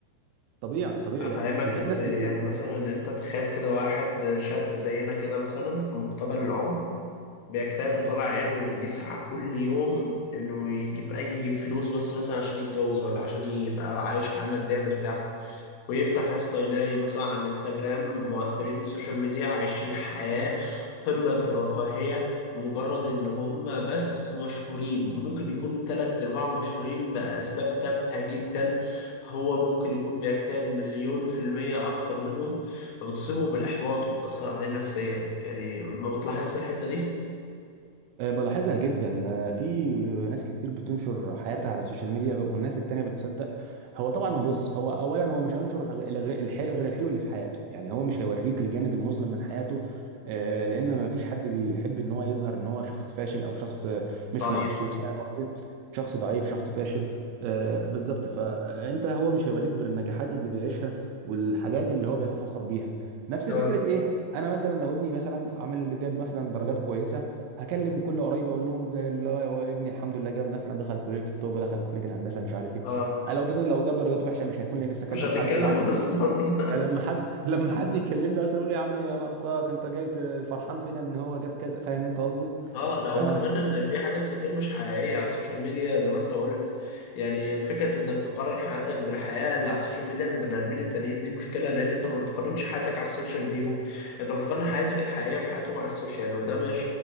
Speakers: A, on the right; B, on the left.
A: طبيعي طبيعي
B: هفهمك
A: يعني. بتشوف
B: ازاي
A: ناس كتير
B: يعني مثلا انت تخيل كده واحد شاب زينا كده مثلا في مقتبل العمر بيجتهد وطالع عينه وبيسعى كل يوم انه يجيب اي فلوس بس مثلا عشان يتجوز ولا عشان يبقى عايش حياة مادية مرتاح ويفتح يا اسطى يلاقي مثلا على الانستجرام مؤثرين السوشيال ميديا عايشين حياة قمة في الرفاهية مجرد ان هم بس مشهورين ممكن يكون تلات ارباعهم مشهورين بأسباب تافهة جدا هو ممكن يكون بيجتهد مليون في المية اكتر منهم فبتصيبه بالاحباط وبتأثر عليه نفسيا يعني ما بتلاحظش الحتة دي
A: آه، بلاحظها جدا آه، في ناس كتير بتنشر حياتها على السوشيال ميديا والناس التانية بتصدق هو طبعا هو بص هو اولا هو مش هينشر الغ- الغ- الح- غير الحلو اللي في حياته يعني هو مش هيوريك الجانب المظلم من حياته آه، لان ما فيش حد بيحب ان هو يظهر ان هو شخص فاشل او شخص آه، مش
B: ضعيف
A: مبسوط فاهم قصدي شخص ضعيف شخص فاشل آه، بالظبط فانت هو مش هيوريك غير النجاحات اللي بيعيشها والحاجات اللي هو بيتفاخر بيها نفس
B: اه
A: فكرة ايه انا مثلا لو ابني مثلا عامل جاب مثلا درجات كويسة هكلم كل قرايبي اقول لهم ده اللي هو ابني الحمد لله جاب مثلا دخل كليه الطب دخل كليه الهندسه مش عارف ايه
B: اه
A: انا لو جبنا لو جاب درجات وحشه مش هيكون لي نفسي اكلم
B: مش هتتكلم
A: حد بالعكس
B: اصلا
A: ده لما
B: <laughs>
A: حد <laughs> لما حد يكلمني اصلا اقول له يا عم يا ناقصاك انت جاي ت- فرحان فينا ان هو جاب كذا فاهم انت قصدي
B: اه لا
A: ف
B: وكمان ان في حاجات كتير مش حقيقيه على السوشيال ميديا زي ما انت قلت يعني فكره انك تقارن حياتك بالحياه اللي على السوشيال ميديا للبني ادمين التانيين دي مشكله لان انت ما بتقارنش حياتك على السوشيال بيهم انت بتقارن حياتك الحقيقيه بحياتهم على السوشيال وده مش